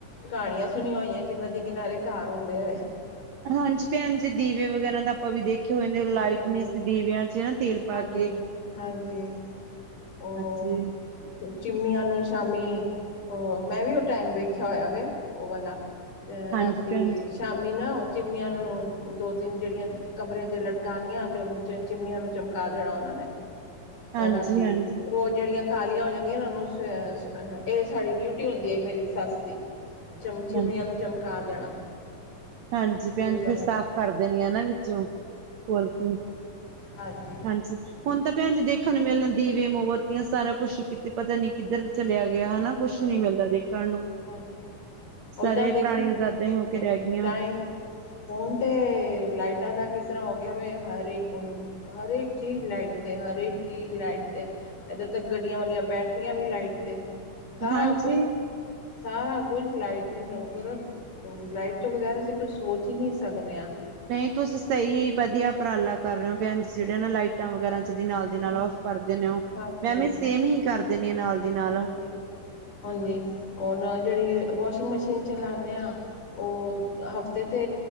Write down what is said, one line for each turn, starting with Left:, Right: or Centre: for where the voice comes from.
Left: ਕਹਾਣੀਆਂ ਸੁਣੀਆਂ ਹੋਈਆਂ ਕਿ ਨਦੀ ਕਿਨਾਰੇ ਘਰ ਹੁੰਦੇ।
Right: ਹਾਂਜੀ ਪੈੱਜੀ ਦੀਵੇ ਵਗੈਰਾ ਦਾ ਆਪਾਂ ਵੀ ਦੇਖੇ ਹੋਏ ਨੇ ਲਾਈਟ
Left: ਹਾਂਜੀ
Right: ਨੇ ਸੀ ਦੀਵਿਆਂ ਚ ਨਾ ਤੇਲ ਪਾ
Left: ਹਾਂਜੀ
Right: ਕੇ
Left: ਹਾਂਜੀ ਉਹ
Right: ਅੱਛੀ
Left: ਚਿਮਨੀਆਂ ਨੂੰ ਸ਼ਾਮੀ ਉਹ ਮੈਂ ਵੀ ਉਹ ਟਾਈਮ ਵੇਖਿਆ ਹੋਇਆ ਵੇ ਓ ਵਾਲਾ ਅਹ
Right: ਹਾਂਜੀ
Left: ਰਾਤੀ
Right: ਭੈਣ
Left: ਸ਼ਾਮੀ ਨਾ ਚਿਮੀਆਂ ਨੂੰ ਦੋ-ਤਿੰਨ ਜਿਹੜੀਆਂ ਕਮਰਿਆਂ ਤੇ ਲਟ ਕਾਨੀਆਂ ਤੇ ਉਹਨੂੰ ਚਿਮੀਆਂ ਨੂੰ ਚਮਕਾ ਦੇਣਾ ਉਹਨਾ ਨੇ
Right: ਹਾਂਜੀ,
Left: ਉਹ ਰਾਤੀ
Right: ਹਾਂਜੀ,
Left: ਰੋਜ਼ ਜਿਹੜੀਆਂ ਕਾਲੀਆਂ ਹੋ ਜਾਂਦੀਆਂ ਉਨੂੰ ਸ ਹ ਸਾਡੀ ਡਿਊਟੀ ਹੁੰਦੀ ਏ ਮੇਰੀ ਸੱਸ ਦੀ। ਚਮ ਚਿਮਨੀਆਂ
Right: ਹਾਂਜੀ,
Left: ਨੂੰ ਚਮਕਾ ਦੇਣਾ
Right: ਹਾਂਜੀ
Left: <unintelligible>
Right: ਭੈਣ ਜੀ ਫਿਰ ਸਾਫ਼ ਕਰ ਦੇਣੇ ਆ ਨਾ ਵਿੱਚੋਂ ਖੋਲ ਕੇ,
Left: ਹਾਂਜੀ।
Right: ਹਾਂਜੀ ਹੁਣ ਤਾਂ ਪੈਣ ਜੀ ਦੇਖਣ ਨੂੰ ਮਿਲਣ ਦੀਵੇ, ਮੋਬੱਤੀਆਂ ਸਾਰਾ ਕੁੱਛ ਕਿਤੇ ਪਤਾ ਨੀ ਕਿੱਧਰ ਚਲਿਆ ਗਿਆ ਹਨਾ ਕੁੱਛ
Left: ਹਾਂਜੀ
Right: ਨੀ ਮਿਲਦਾ ਦੇਖਣ ਨੂੰ
Left: ਹਾਂਜੀ ਓਦਾਂ
Right: ਸਾਰੇ
Left: ਦੇਖੀ
Right: ਪੁਰਾਣੀਆਂ
Left: ਹੂ
Right: ਯਾਦਾਂ ਹੀ ਹੋ
Left: ਹੂੰ-ਹੂੰ
Right: ਕੇ ਰਹਿ ਗਈਆਂ।
Left: ਟਾਈਮ ਹੁਣ ਤੇ ਲਾਈਟਾਂ ਦਾ ਕਿਸਰ੍ਹਾਂ ਹੋ ਗਯਾ ਵੇ ਹਰੇ ਹਰੇਕ ਚੀਜ਼ ਲਾਈਟ ਤੇ-ਹਰੇਕ ਚੀਜ਼ ਲਾਈਟ ਤੇ ਏਦਾਂ ਤ ਗੱਡੀਆਂ ਵਲੀਆਂ ਬੈਟਰੀਆਂ ਵੀ ਲਾਈਟ ਤੇ- ਸਾਰਾ
Right: ਹਾਂਜੀ,
Left: ਕੁੱਛ-ਸਾਰਾ ਕੁੱਛ ਲਾਈਟ ਤੇ ਮਤਲਬ ਲਾਈਟ ਤੋਂ ਬਗੈਰ ਅਸੀਂ ਕੁੱਛ ਸੋਚ ਹੀ ਨਹੀਂ ਸਕਣੇ ਆਂ-
Right: ਨਹੀਂ ਤੁਸੀਂ ਸਹੀ ਵਧੀਆ ਉਪਰਾਲਾ ਕਰ ਰਹੇ ਓ ਜਿਹੜੇ ਨਾ ਲਾਈਟ ਟਾਂ ਵਗੈਰਾ ਜਦੀ ਨਾਲ ਦੀ
Left: ਹਾਂਜੀ
Right: ਨਾਲ ਆਫ਼ ਕਰ ਦੇਨੇ ਓ
Left: ਹਾਂਜੀ
Right: ਮੈ ਵੀ ਸੇਮ ਹੀ ਕਰ ਦੇਣੀ ਆ ਨਾਲ- ਦੀ ਨਾਲ।
Left: ਹਾਂਜੀ ਹਾਂਜੀ ਹੁਨ ਜਿਹੜੀ ਵਾਸ਼ਿੰਗ ਮਸ਼ੀਨ ਚਲਾਨੇ ਆ ਉਹ ਹਫ਼ਤੇ ਤੇ